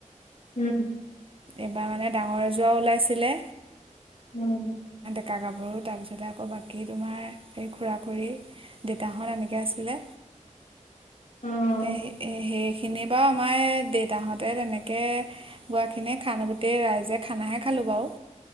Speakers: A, on the left; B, on the right.
A: উম।
B: এইবাৰ মানে ডাঙৰ এজৰ ওলাইছিলে।
A: উম।
B: ডেকা-গাভৰু, তাৰপিছতে আকৌ বাকী তোমাৰ এই খুৰা-খুৰী, দেতাহত এনেকে আছিলে।
A: অ'।
B: এহে এহে খিনি বাৰু আমাৰ দেউতাহঁতে তেনেকৈ গোৱাখিনিক। খানা গোটেই ৰাইজে খানাহে খালোঁ বাৰু।